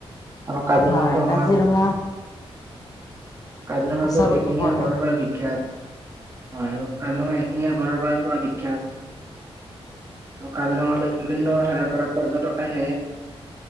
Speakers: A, on the right; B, on the left.
A: আৰু কাজিৰঙাটো
B: হয়
A: আমাৰ
B: কাজিৰঙা
A: কাজিৰঙাটো
B: ওচৰতো
A: একটিঙীয়া
B: পৰে
A: ঘৰৰ পৰা বিখ্যাত হয় <unintelligible> আৰু কাজিৰঙালৈ বিভিন্ন ঠাইৰ পৰা পৰ্যটক আহে